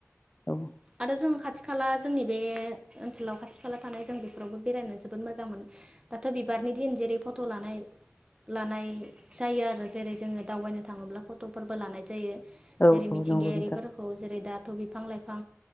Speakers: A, on the left; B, on the right.
A: औ।
B: आरो जों खाथि खाला जोंनि बे ओनसोलाव खाथि खाला थानाय जों बेफोरावबो बेरायनो जोबोद मोजां मोनो थ' बिबारनि दिन जेरै फट लानाय‌ लानाय जायो आरो जेरै जोङो दावबायनो थाङोब्ला फटफोरबो लानाय जायो।
A: औ
B: जेरै
A: औ
B: मिथिंगायारिफोरखौ
A: नंगौ नोंथां
B: जेरै दा थ बिफां लाइफां